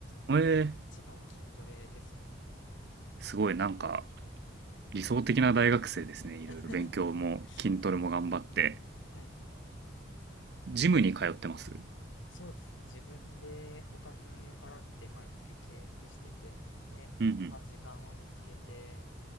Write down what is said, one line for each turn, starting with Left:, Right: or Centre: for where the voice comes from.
Right: えー、
Left: 一番は筋トレですかね。
Right: すごいなんか理想的な大学生ですね。いろいろ勉強も筋トレも頑張って。
Left: <laughs> はい。
Right: ジムに通ってます
Left: そうですね。自分でお金払って毎月契約してて、で、
Right: うんうん。
Left: まあ時間を見つけて